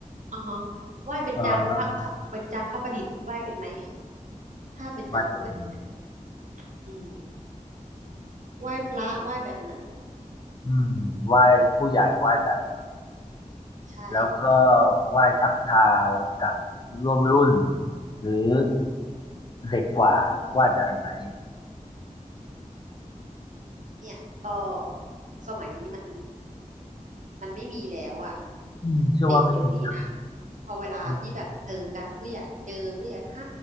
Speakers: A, on the right (about 65°); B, on the left (about 35°).
A: อ๋อฮะไหว้เบญจางพระครับเบญจางคประดิษฐ์ไหว้เป็นไหม
B: เออ
A: ถ้าเบญจางคประดิษฐ์อะ
B: ไหว้กลม
A: อืมไหว้พระไหว้แบบไหน
B: อืมไหว้ผู้ใหญ่ไหว้แบบ
A: ใช่
B: แล้วก็ไหว้ทักทายกับร่วมรุ่นหรือเด็กกว่าไหว้แบบไหน
A: เนี่ยก็สมัยนี้มันมันไม่มีแล้วอ่ะ
B: อืมเชื่อว่าไม่มีนะ
A: เด็กเดี๋ยวนี้นะพอเวลาที่แบบเจอกันผู้ใหญ่เจอผู้ใหญ่ไฮ
B: อืม